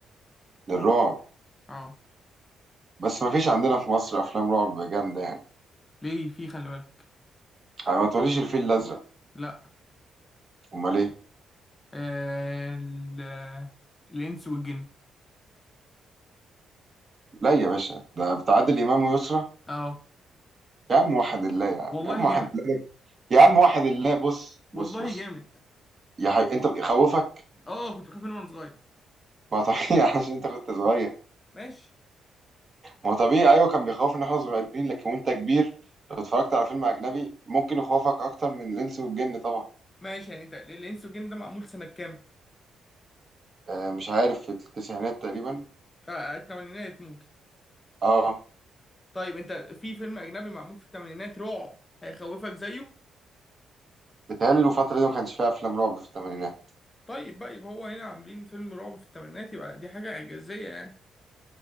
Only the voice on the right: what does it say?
للرعب
بس ما فيش عندنا في مصر افلام رعب جامدة يعني
يعني ما تقوليش الفيل الازرق
امال ايه
لا يا باشا ده بتاع عادل امام ويسرى
يا عم واحد الله يا عم
يا عم واحد
الله يا عم واحد الله بص
بص بص
يا حبيبي انت بيخوفك
ما طبيعي <laughs> عشان انت كنت صغير
ما هو طبيعي ايوه كان بيخوفنا احنا صغيرين لكن وانت كبير لو اتفرجت على فيلم اجنبي ممكن يخوفك اكتر من الانس والجن طبعا
آه مش عارف في التسعينات تقريبا
اه
بتهيألي الفترة دي ما كانش فيها افلام رعب في الثمانينات